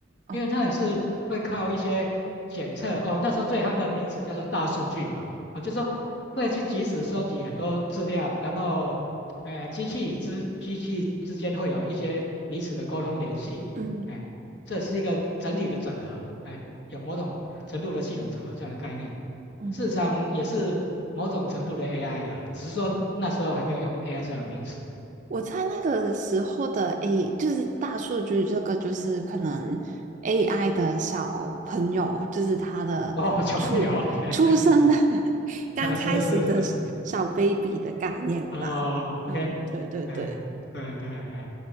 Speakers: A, on the right (about 40°); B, on the left (about 60°).
A: 哦，
B: 因为它也是会靠一些检测哦，那时候最夯的名词叫做大数据嘛，哦，就是说会去及时收集很多资料，然后，呃，机器与之机器之间会有一些彼此的沟通联系，
A: 嗯
B: 哎，这是一个整体的整合，哎，有某种程度的系统整合这样的概念，
A: 哦，
B: 事实上也是某种程度的 AI 了啦，只是说那时候还没有用 AI 这样的名词。
A: 我猜那个时候的 A 就是大数据这个，就是可能 AI 的小朋友，就是他的出出生的
B: 哦，小朋友，OK，
A: <laughs> 刚开始的小
B: <laughs> 啊，是是是，
A: baby 的概念吧。
B: 哦，OK。
A: 嗯，对对对。
B: 哎，对对，哎